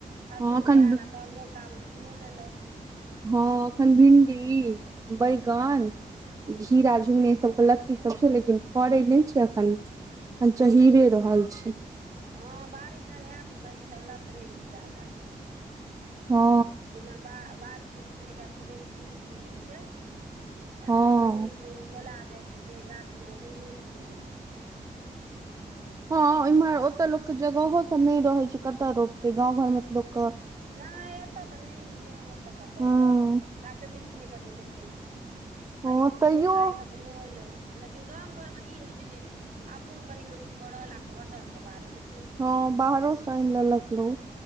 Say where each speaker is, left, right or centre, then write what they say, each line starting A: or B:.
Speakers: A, on the right (about 60°); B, on the right (about 25°).
A: फरबो
B: हँ एखन
A: आयल आ तहन मौका मे किनो लेलक
B: ह एखन भिणडी बैगन खीरा झुगनी सभके लत्ती सभ छै लेकिन फड़ै नहि छै एखन अखन चहिरे रहल छी।
A: ह बारिश जन होयत ने तऽ ईसभ लतरे छै जादा
B: हँ
A: आ बिना बा बारिश होइ छै तऽ एकरा सभके बेसी वृद्धि होई छै
B: हँ
A: एखन रौद मे मोला जाय छै ते गाछ मे उन्नति नहि होई छै
B: हँ एमहर ओतऽ लोकके जगहो सभ नहि रहै छै कतय रोपतै गाम घरमे तऽ लोकके
A: नहि एतऽ तऽ नहिहै ओ तऽ कतहु
B: हँ
A: जाऊ गाछो वृक्ष ने कतौ देखे छियै
B: हँ
A: खरीदिये
B: तैयो
A: कऽ आग मोल लेकिन गाम घर मे ई होई छै जे अपनो कनि मनी फड़ल आ घटल तऽ बाहरो स
B: ह। बाहरो से आनि लेलक लोग